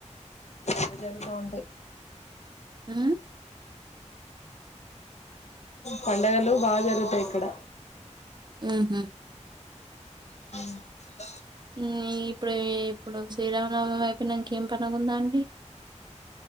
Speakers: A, on the left; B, on the right.
A: <unintelligible> ఉంటాయి
B: ఉ
A: పండగలు బాగ జరుగుతయి ఇక్కడ
B: ఊ హు
A: ఆ
B: ఊ ఇప్పుడు ఇప్పుడు శ్రీరామనవమి అయిపోయినాంకేం పండుగుందండి